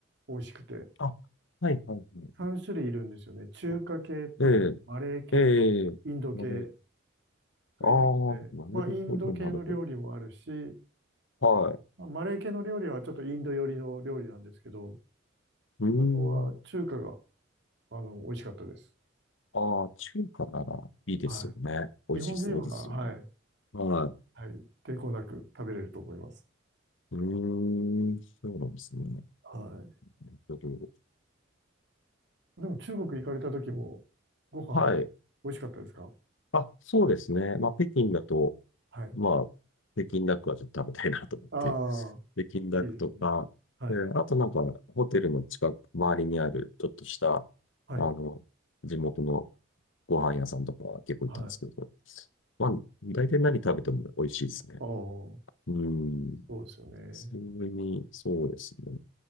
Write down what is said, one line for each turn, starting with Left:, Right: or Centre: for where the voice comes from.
Right: 美味しくて、
Left: あ、はいはいはい。
Right: 3種類いるんですよね。中華系とマレー系とインド系
Left: あええ、ええ、マレー、
Right: がいるって、
Left: ああ、なるほど、
Right: まあ、インド系の料理もあるし、
Left: なるほど。はい。
Right: まあマレー系の料理はちょっとインド寄りの料理なんですけど、
Left: うー
Right: あとは中華が、
Left: ん。
Right: あの、美味しかったです。
Left: ああ、中華ならいいですよね。
Right: は
Left: 美味しそうですよね。
Right: い。日本人は、はい、
Left: はい。
Right: はい、抵抗なく食べれると思います。
Left: うーん、そうなんですね。
Right: は
Left: えっと
Right: い。でも中国行かれた時も、ご飯、
Left: はい。
Right: 美味しかったですか
Left: あ、そうですね。まあ、北京だと、
Right: はい。
Left: まあ、北京ダックはちょっと食べたいなと思って、
Right: ああ、
Left: 北京ダックとか、
Right: いいですね。はい。
Left: えーあとなんか、ホテルの近く、周りにある、ちょっとした、あの、
Right: はい。
Left: 地元のご飯屋さんとかは結構行ったんですけど、
Right: はい。ああ、
Left: まあ、大体何食べても美味しいですね。
Right: そ
Left: うーん、
Right: うですよね。
Left: それに、そうですね。